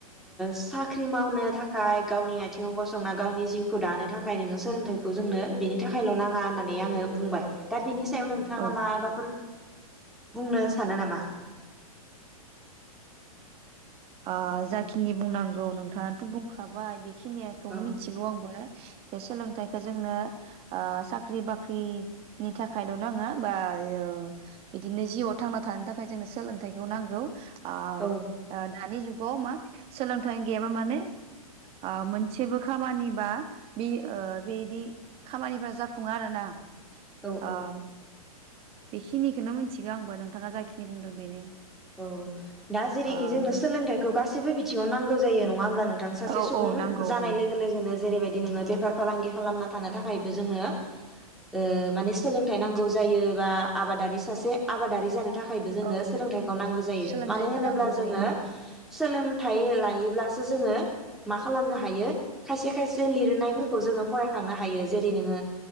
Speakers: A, in the centre; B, on the right.
A: साख्रि ओ‌ मावनो थाखाय गावनि आथिङाव गसंना गावनि जिउखौ दानो थाखाय नोङो सोलोंथाइखौ जोंनो बिनि थाखायल नाङा होननानै आङो बुंबाय दा बिनि सायाव नोंथाङा
B: औ
A: माबाफोर बुंनो सानो नामा?
B: आं जाखिनि बुंनांगौ नोंथाङाथ बुंखाबाय बे खिनियाखौनो
A: औ
B: मिथिगौ आंबो। जे सोलोंथाइखौ जोंनो ओ साख्रि बाख्रिनि थाखायल नाङा बा ओ बिदिनो जिउआव थांना थानो थाखाय जोंनो सोलोंथाइखौ नांगौ ओ
A: औ
B: दानि जुग ब मा सोलोंथाइ गैयाबा माने आ मोनसेबो खामानिबा बि ओ बिदि खामानिफ्रा जाफुङा आरोना।
A: औ
B: ओ
A: औ
B: बेखिनिखौनो मिथिगौ आंबो नोंथाङा जाखिनि बुंदों बेनो।
A: औ दा जेरैखि
B: आ
A: जोंनो
B: नों
A: सोलोंथाइखौ गासैबो बिथिङाव नांगौ जायो नङा होमब्ला नोंथां सासे
B: औ
A: सुबुं
B: औ नांगौ
A: जानाय
B: औ।
A: लोगो लोगोनो जेरैबायदि नोङो बेफार फालांगि खालामना थानो थाखायबो जोंनो ओ माने सोलोंथाइ नांगौ जायो बा आबादारि सासे आबादारि जानो था थाखायबो जोंनो
B: औ
A: सोलोंथाइ
B: औ
A: गौ जायो
B: सोलोंथाइखौ
A: मानो होनोब्ला
B: नांगौ
A: जोङो
B: जायो
A: सोलोंथाइ लायोब्ला सो जोङो मा खालामनो हायो खायसे खायसे लिरनायफोरखौ जोङो फरायखांनो हायो जेरै नोङो